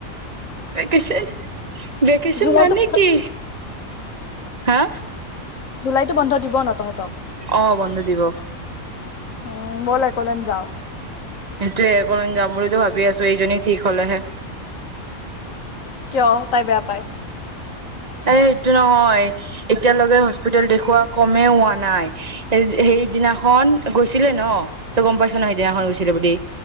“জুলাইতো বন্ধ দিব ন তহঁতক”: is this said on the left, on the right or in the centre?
Left